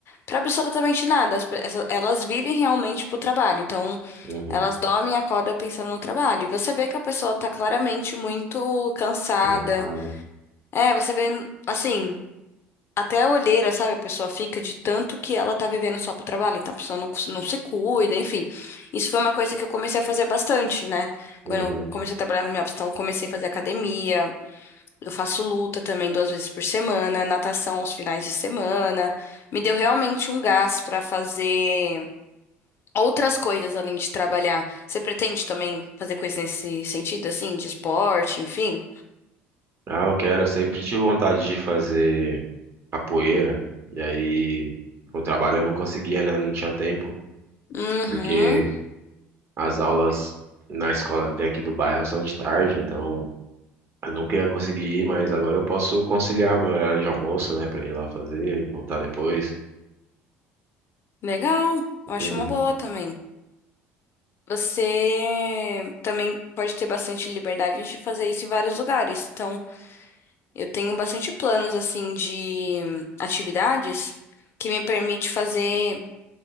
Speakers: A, on the left; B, on the right.
A: para absolutamente nada. As pe- essa- Elas vivem realmente pro trabalho. Então,
B: Uhum.
A: elas dormem e acordam pensando no trabalho. E você vê que a pessoa tá claramente muito cansada.
B: Cansado.
A: É, você vê, assim, até a olheira, sabe? A pessoa fica de tanto que ela tá vivendo só pro trabalho. Então, a pessoa não, cons- não se cuida, enfim. Isso foi uma coisa que eu comecei a fazer bastante, né? Quando
B: Uhum.
A: eu comecei a trabalhar home office. Então, eu comecei a fazer academia. Eu faço luta também duas vezes por semana, natação aos finais de semana. Me deu realmente um gás para fazer outras coisas além de trabalhar. Você pretende também fazer coisas nesse sentido, assim, de esporte, enfim?
B: Ah, eu quero. Eu sempre tive vontade de fazer capoeira. E aí, com o trabalho eu não conseguia, né? Não tinha tempo.
A: Uhum,
B: Porque as aulas na escola que tem aqui do bairro são de tarde. Então, eu nunca ia conseguir ir, mas agora eu posso conciliar meu horário de almoço, né? Pra ir lá fazer e voltar depois.
A: legal. Eu acho
B: Uhum.
A: uma boa também. Você também pode ter bastante liberdade de fazer isso em vários lugares. Então, eu tenho bastante planos, assim, de atividades que me permite fazer.